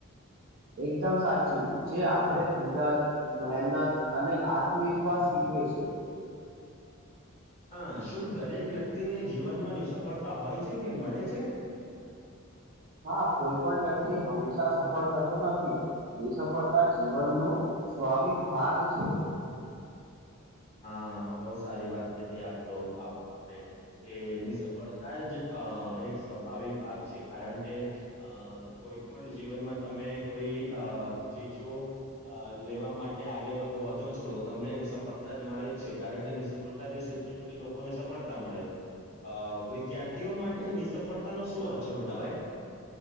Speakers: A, on the right; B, on the left.
A: એકદમ સાચું જે આપણેે ધીરજ મહેનત અને આત્મવિશ્વાસ શ વિ છે
B: હ શું દરેક વ્યક્તિને જીવનમા, નિ સફળતા હોય છે, કે મળે છે
A: હા કોઈ પણ જા હમેશા સફળ થતો નથી, નિ સફળતા જીવનનો સ્વાાવિક ભાગ છે. <inaudible> <inaudible>
B: હા, બહુ સારી વાત, કીધી આપડ આપડે કેની સફળતા જ અ એક સ્વાભાવિક ભાગ છે. કારણ કે અ કોઈ પણ જીવનમા, તમે કોઈ ચીજો લેવા માટે આગ વધો છો, તો તમને સફળતા જ મળે જ છે. કારણ કે સફળતા તે શીખીને તો લોકોને સફળતા મળે. અ વિદ્યાર્થીઓ માટેની સફળતા નો શું અર્થ છે, મોટા ભાઈ?